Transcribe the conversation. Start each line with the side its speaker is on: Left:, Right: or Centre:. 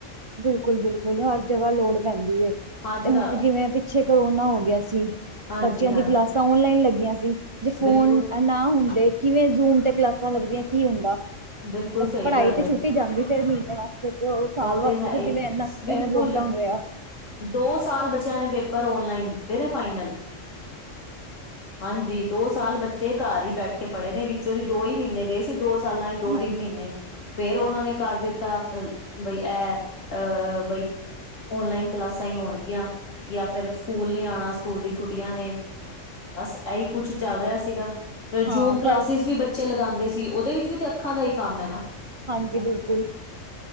Right: ਬਿਲਕੁਲ ਬਿਲਕੁਲ ਹਰ ਜਗ੍ਹਾ ਲੋੜ ਪੈਂਦੀ ਏ
Left: ਅੱਜ
Right: ਤੇ ਹੁਣ
Left: ਕ
Right: ਜਿਵੇਂ ਪਿੱਛੇ ਕਰੋਨਾ ਹੋ ਗਿਆ ਸੀ।
Left: ਹਾਂਜੀ
Right: ਬੱਚਿਆਂ
Left: ਹਾਂ
Right: ਦੀ ਕਲਾਸਾਂ ਓਨਲਾਈਨ ਲੱਗੀਆਂ ਸੀ। ਜੇ ਫੋ਼ਨ
Left: ਬਿਲਕੁਲ
Right: ਨਾ ਹੁੰਦੇ ਕਿਵੇਂ ਜ਼ੂਮ ਤੇ ਕਲਾਸਾਂ ਲੱਗਦੀਆਂ ਕੀ ਹੁੰਦਾ?
Left: ਬਿਲਕੁਲ ਸਹੀ
Right: ਪੜ੍ਹਾਈ
Left: ਗੱਲ
Right: ਤੇ
Left: ਹੈ
Right: ਛੁੱਟੀ ਜਾਂਦੀ ਫੇ਼ਰ ਮਹੀਨੇ ਵਾਸਤੇ ਤੇ ਉਹ ਸਾਲ਼
Left: ਤੇ
Right: ਵਾ।
Left: ਹੈ
Right: ਜਿਵੇਂ
Left: ਹੀ
Right: ਇਨਾ
Left: ਬਿਲਕੁਲ
Right: ਲੋਕਡਾਊਨ ਰਿਆ।
Left: ਦੋ ਸਾਲ ਬੱਚਿਆਂ ਨੇ ਪੇਪਰ ਔਨਲਾਈਨ ਦਿੱਤੇ ਨੇ ਫਾਈਨਲ। ਹਾਂਜੀ ਦੋ ਸਾਲ ਬੱਚੇ ਘਰ ਈ ਬੈਠ ਕੇ ਪੜ੍ਹੇ ਨੇ ਵਿੱਚੋਂ ਦੀ ਦੋ ਈ ਮਹੀਨੇ ਗਏ ਸੀ ਦੋ ਸਾਲਾਂ
Right: ਹਾਂਜੀ-ਹਾਂਜੀ-ਹਾਂਜੀ
Left: 'ਚ ਦੋ-ਤਿੰਨ ਮਹੀਨੇ, ਫੇ਼ਰ ਉਹਨਾਂ ਨੇ ਕਰ ਦਿੱਤਾ ਲ ਬਈ ਐ ਅਹ ਬਈ ਓਨਲਾਈਨ ਕਲਾਸਾਂ ਈ ਹੋਣਗੀਆਂ ਯਾ ਫ਼ਿਰ ਸਕੂਲ ਨੀ ਆਣਾ ਸਕੂਲ ਦੀ ਛੁੱਟੀਆਂ ਨੇ। ਬਸ ਐਈ ਕੁਛ ਚੱਲ ਰਿਆ ਸੀਗਾ ਫਰ
Right: ਹਾਂ
Left: ਜੂਮ ਕਲਾਸਿਸ
Right: ਪਰ
Left: ਵੀ ਬ ਬੱਚੇ ਲਗਾਂਦੇ ਸੀ ਉਹਦੇ ਵਿੱਚ ਵੀ ਤੇ ਅੱਖਾਂ ਦਾ ਈ ਕੰਮ ਐ ਨਾ।
Right: ਹਾਂਜੀ ਬਿਲਕੁਲ।